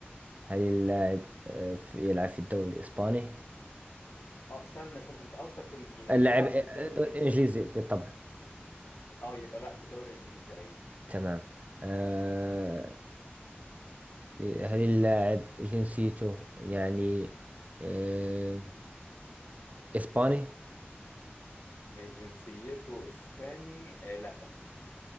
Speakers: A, on the right; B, on the left.
A: هل اللاعب آه، في- يلعب في الدوري الإسباني؟
B: اه استنى استنى انت قصدك كن- يعني
A: اللاعب
B: يلعب
A: آه،
B: في الدوري
A: دوري
B: الانجليزي
A: إنجليزي بالطبع
B: اه يبقى لا في الدوري الانجليزي ايوه
A: تمام آه، هل اللاعب جنسيته يعني آه، إسباني؟
B: آه، جنسيته اسباني آه لا